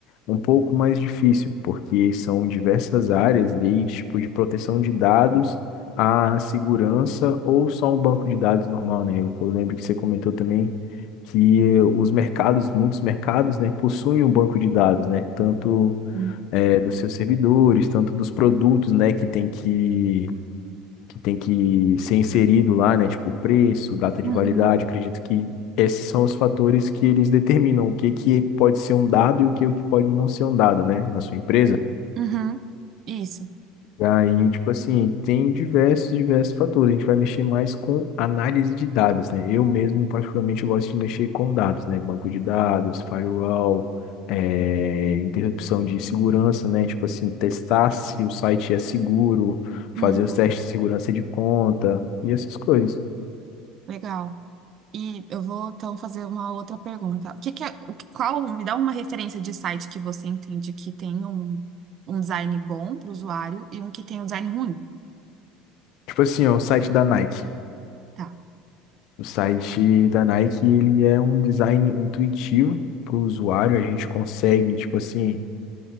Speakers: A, on the left; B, on the right.
A: um pouco mais difícil, porque são diversas áreas, desde tipo de proteção de dados à segurança ou só um banco de dados normal, né? Eu, eu lembro que você comentou também que os mercados, muitos mercados, né, possuem um banco de dados, né? Tanto
B: Uhum,
A: eh, dos seus servidores, tanto dos produtos, né, que tem que que tem que ser inserido lá, né? Tipo, preço, data de
B: uhum.
A: validade. Acredito que esses são os fatores que eles determinam o que que pode ser um dado e o que, o que pode não ser um dado, né? Na sua empresa.
B: uhum. Isso.
A: E aí, tipo assim, tem diversos, diversos fatores. A gente vai mexer mais com análise de dados, né? Eu mesmo, particularmente, eu gosto de mexer com dados, né? Banco de dados, firewall, eh, interrupção de segurança, né? Tipo assim, testar se o site é seguro, fazer
B: Uhum.
A: os testes de segurança de conta e essas coisas.
B: Legal. E eu vou então fazer uma outra pergunta. O que que é, o que- qual, me dá uma referência de site que você entende que tem um, um design bom para o usuário e um que tem um design ruim?
A: Tipo assim, ó, o site da Nike.
B: Tá.
A: O site da Nike, ele é um design intuitivo para o usuário. A gente consegue, tipo assim